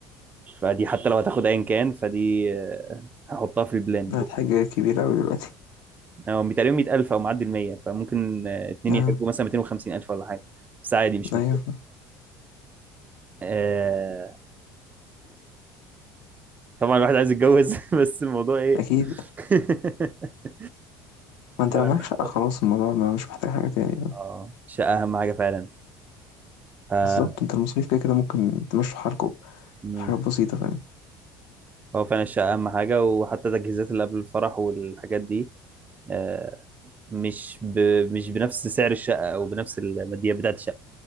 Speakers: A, on the right; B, on the left.
A: فدي حتى لو هتاخد ايا كان فدي آه، هحطها في البلان
B: ده حاجة كبيرة أوي دلوقتي
A: يعني هو تقريبا 100000 او معدي ال 100 فممكن آه، اتنين
B: آه.
A: يحجوا مثلا 250000 ولا حاجه بس عادي مش
B: أيوة
A: مشكله آه، طبعا الواحد عايز يتجوز <laughs> بس الموضوع ايه
B: أكيد
A: <laughs>
B: ما أنت
A: فانا
B: لو معاك
A: محتار
B: شقة خلاص الموضوع ما مش محتاج حاجة تانية
A: اه الشقه اهم حاجه فعلا ف...
B: بالظبط أنت المصاريف كده كده ممكن تمشوا حالكوا
A: مم.
B: في حاجات بسيطة فعلا
A: هو فعلا الشقه اهم حاجه وحتى التجهيزات اللي قبل الفرح والحاجات دي آه، مش ب... مش بنفس سعر الشقه او بنفس الماديات بتاعت الشقه